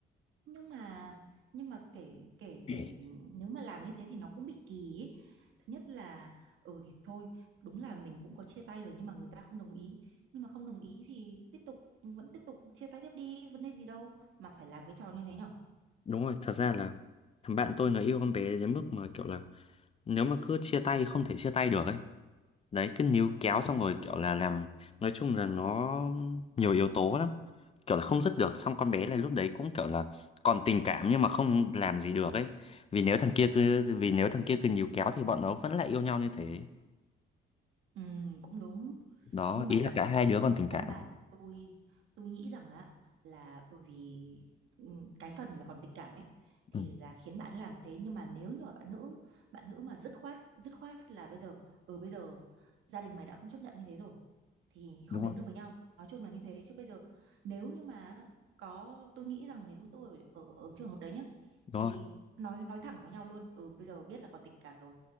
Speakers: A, on the right; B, on the left.
A: nhưng mà nhưng mà kể kể
B: <clears throat>
A: kể nếu mà làm như thế thì nó cũng bị kỳ ấy. Thứ nhất là ừ thì thôi đúng là mình cũng có chia tay rồi nhưng mà người ta không đồng ý nhưng mà không đồng ý thì tiếp tục vẫn tiếp tục chia tay tiếp đi vấn đề gì đâu mà phải làm cái trò như thế nhở
B: đúng rồi thật ra là thằng bạn tôi nó yêu con bé đến mức mà kiểu là nếu mà cứ chia tay không thể chia tay được ấy đấy cứ níu kéo xong rồi kiểu là làm nói chung là nó nhiều yếu tố lắm kiểu là không dứt được xong con bé này lúc đấy cũng kiểu là còn tình cảm nhưng mà không làm gì được ấy vì nếu thằng kia cứ vì nếu thằng kia cứ níu kéo thì bọn nó vẫn lại yêu nhau như thế
A: Ừ, cũng đúng.
B: đó
A: Nhưng mà
B: ý
A: tại
B: là cả
A: vì
B: hai đứa còn tình cảm
A: căn bản tôi tôi nghĩ rằng á là bởi vì ừ, cái phần là còn tình cảm ấy thì
B: ừ,
A: là khiến bạn làm thế nhưng mà nếu như mà bạn nữ bạn nữ mà dứt khoát dứt khoát là bây giờ ừ bây giờ gia đình mày đã không chấp nhận như thế rồi thì không
B: đúng
A: đến
B: không
A: được với nhau. Nói chung là như thế chứ bây giờ nếu như mà có tôi nghĩ rằng nếu tôi ở ở, ở trường hợp đấy nhá
B: đúng
A: thì
B: rồi
A: nói nói thẳng với nhau luôn. Ừ bây giờ biết là còn tình cảm rồi